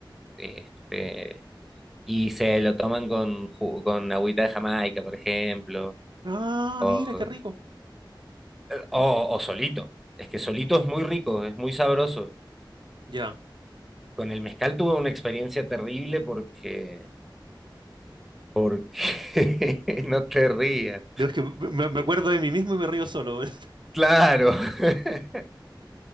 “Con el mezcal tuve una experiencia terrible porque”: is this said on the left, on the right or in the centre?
Centre